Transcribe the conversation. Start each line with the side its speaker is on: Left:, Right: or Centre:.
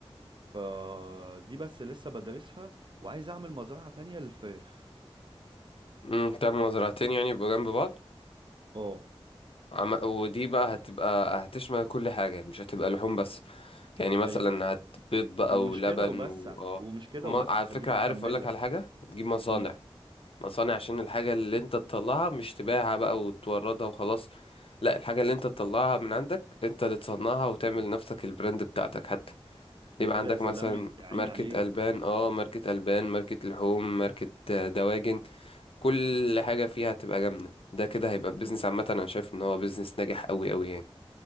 Right: فدي بس لسه بدرسها وعايز اعمل مزرعة تانية للفراخ
Left: امم تمام زرعتين يعني يبقوا جنب بعض
Right: اه
Left: عم... ودي بقى هتبقى هتشمل كل حاجة يعني مش هتبقى لحوم بس يعني مثلا
Right: ايوه
Left: هتبيض بقى
Right: ومش
Left: ولبن
Right: كده وبس
Left: و... آه.
Right: ومش كده
Left: وما...
Right: وبس
Left: على
Right: خليني
Left: فكرة عارف
Right: اكمل
Left: أقولك
Right: لك
Left: على حاجة تجيب مصانع
Right: امم
Left: مصانع عشان الحاجة اللي انت تطلعها مش تبيعها بقى وتوردها وخلاص لا الحاجة اللي انت تطلعها من عندك انت اللي تصنعها وتعمل نفسك البراند بتاعتك حتى
Right: ده
Left: يبقى
Right: كده
Left: عندك
Right: يا سلام
Left: مثلا
Right: يا عيني
Left: ماركة
Right: عليك
Left: ألبان اه ماركة ألبان ماركة لحوم ماركة آه، دواجن كل حاجة فيها هتبقى جامدة ده كده هيبقى بيزنس
Right: امم
Left: عامة أنا شايف إن هو بيزنس ناجح أوي أوي يعني